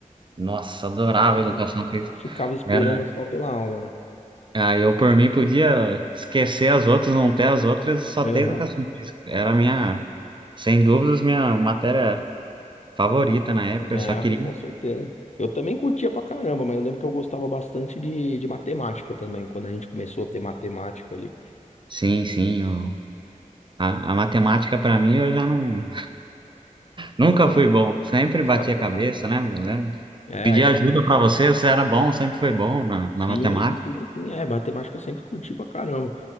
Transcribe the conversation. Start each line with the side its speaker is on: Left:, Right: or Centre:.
Right: Nossa, adorava
Left: Pô,
Right: a educação física.
Left: já ficava esperando
Right: Era,
Left: só pela aula, né?
Right: ah, eu por mim podia esquecer as outras, não ter as outras e só
Left: Aham.
Right: ter educação física. Era a minha, sem dúvidas, minha matéria favorita na época.
Left: Não,
Right: Eu só queria
Left: com certeza. Eu também curtia pra caramba, mas eu lembro que eu gostava bastante de, de matemática também, quando a gente começou a ter matemática ali.
Right: Sim, sim. eu- A, a matemática para mim eu já não nunca
Left: Pô,
Right: fui bom. Sempre
Left: sensacional.
Right: bati a cabeça, lembra? Lembra?
Left: É,
Right: Pedi
Left: é,
Right: ajuda para você, você era bom, sempre foi bom na,
Left: sim,
Right: na matemática.
Left: sim, sim, é, matemática eu sempre curti pra caramba.